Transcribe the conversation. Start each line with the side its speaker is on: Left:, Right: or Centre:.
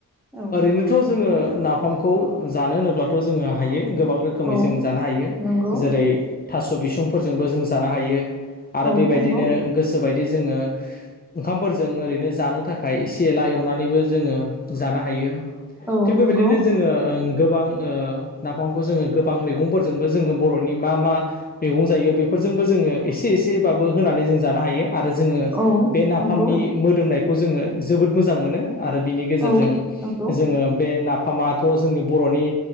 Centre: औ
Left: ओरैनो थ' जोङो नाफामखौ जानो होनोब्लाथ' जोङो हायो गोबां रोखो खोमै
Centre: औ
Left: जों जानो हायो
Centre: नंगौ
Left: जेरै थास' बिसंफोरजोंबो जों जानो हायो। आरो
Centre: औ
Left: बेबायदिनो
Centre: नंगौ
Left: गोसोबायदि जोङो ओंखामफोरजों ओरैनो जानो थाख इसे एला एवनानैबो जोङो जानो हायो
Centre: औ
Left: थिग बेबायदिनो।
Centre: नंगौ
Left: जोङो ओं गोबां ओ नाफामखौ जोङो गोबां मैगंफोरजोंबो जोङो बर'नि मा मा मैगं जायो बेफोरजोंबो जोङो एसे एसेबाबो होनानै जों जानो हायो। आरो जोङो
Centre: औ
Left: बे नाफामनि
Centre: नंगौ
Left: मोदोमनायखौ जोङो जोबोद मोजां मोनो। आरो बिनि गेजेरजों
Centre: औ नंगौ
Left: जोङो बे ना फामाथ' जोंनि बर'नि